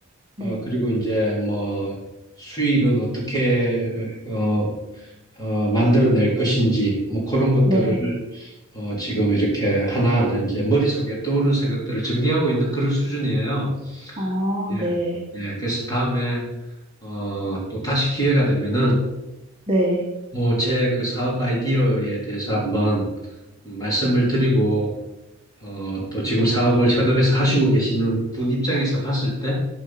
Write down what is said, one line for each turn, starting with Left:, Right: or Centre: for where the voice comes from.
Right: 네.
Left: 어 그리고 이제 뭐 수익은 어떻게 어, 어, 만들어낼 것인지 뭐 그런 것들을
Right: 네.
Left: 어, 지금 이렇게 하나하나 이제 머릿속에 떠오르는 생각들을 정리하고 있는 그런 수준이에요.
Right: 아
Left: 예,
Right: 네.
Left: 예. 그래서 다음에 어, 또 다시 기회가 되면은
Right: 네.
Left: 뭐 제 그 사업 아이디어에 대해서 한번 말씀을 드리고 어, 또 지금 사업을 현업에서 하시고 계시는 분 입장에서 봤을 때